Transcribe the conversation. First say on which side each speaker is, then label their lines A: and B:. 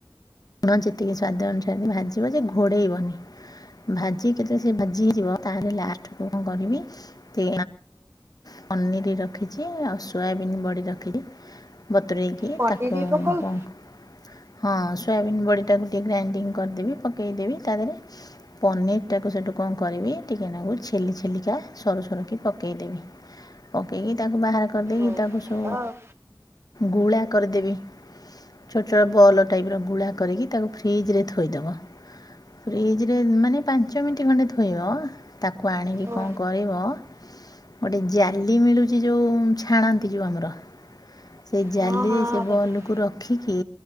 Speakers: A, on the left; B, on the right.
A: ଲୁଣ ଯେତିକି ସ୍ଵାଦ ଅନୁସାରେ ଭାଜିବ ଯେ ଘୋଡ଼େଇବନି। ଭାଜିକି ଯେତେବେଳେ ସେ ଭାଜି ହେଇଯିବ ତାହେଲେ ଲାଷ୍ଟ କୁ କଣ କରିବି? କୁ ପନିର ରଖିଛି ଆଉ ସୋୟାବିନ୍ ବଢି ରଖିଛି। ବତୁରେଇକି
B: ପନିର
A: ତାକୁ
B: ବି ପକଉଛୁ
A: କଣ ହଁ। ସୋୟାବିନ୍ ବଡ଼ିଟାକୁ ଟିକିଏ ଗ୍ରାଇଣ୍ଡିଙ୍ଗ କରିଦେବି ପକେଇଦେବି ତାଦେହେରେ। ପନିର ଟାକୁ ସେଠୁ କଣ କରିବି ଟିକେ ନାକୁ ଛେଲି ଛେଲିକା ସରୁ ସରୁ କିି ପକେଇଦେବି। ପକେଇକି ତାକୁ ବାହାର କରିଦେଇକି
B: ଓ
A: ତାକୁ ସୁ।
B: ଭଲ ଆଉ।
A: ଗୁଳା କରିଦେବି ଛୋଟ ଛୋଟ ବଲ ଟାଇପ ର। ଗୁଳା କରିକି ତାକୁ ଫ୍ରିଜରେ ଥୋଇଦବ ଫ୍ରିଜରେ ମାନେ ପାଞ୍ଚ ମିନିଟ୍ ଖଣ୍ଡେ ଥୋଇବ ତାକୁ ଆଣିକି
B: ଓ
A: କଣ କରିବ। ଗୋଟେ ଜାଲି ମିଳୁଚି ଯୋଉ ଛାଣନ୍ତି ଯୋଉ ଆମର। ସେଇ ଜାଲିରେ
B: ହଁ ହଁ
A: ସେ
B: ହଁ
A: ବଲକୁ
B: ଦେଖିଛି
A: ରଖିକି